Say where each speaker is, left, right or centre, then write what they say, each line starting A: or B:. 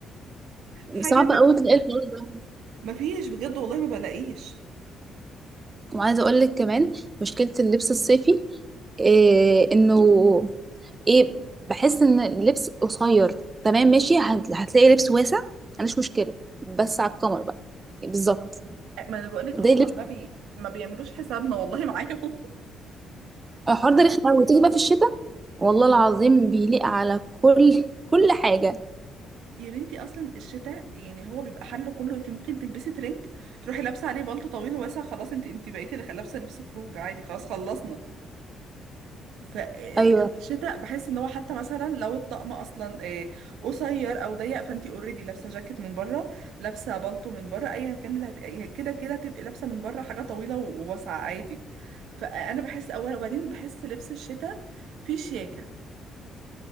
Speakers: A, on the right (about 85°); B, on the right (about 20°).
A: <laughs> حاجة
B: صعب
A: تك...
B: قوي تلاقي الحوار
A: مفيش بجد والله ما بلاقيش
B: وعايزه اقول لك كمان مشكله اللبس الصيفي إيه انه ايه بحس ان اللبس قصير تمام ماشي هت- هتلاقي لبس واسع انا مش مشكله بس على القمر بقى بالظبط
A: ما انا بقولك
B: ده
A: هما
B: لبس
A: ما بي ما بيعملوش حسابنا والله معاهم <laughs>
B: الحوار ده رخم أوي. وتيجي بقى في الشتاء والله العظيم بيليق على كل كل حاجه
A: يا بنتي اصلا الشتاء يعني هو بيبقى حله كله انت ممكن تلبسي ترنج تروحي لابسه عليه بلطو طويل واسع خلاص انت انت بقيتي لابسه لبس خروج عادي خلاص خلصنا فالشتاء
B: ايوه
A: بحس ان هو حتى مثلا لو الطقم اصلا آه، قصير او ضيق فانتي اوريدي لابسه جاكيت من بره لابسه بالطو من بره ايا كان اللي هت... كده كده تبقي لابسه من بره حاجه طويله و- وواسعه عادي فانا بحس اولا وبعدين بحس لبس الشتاء فيه شياكه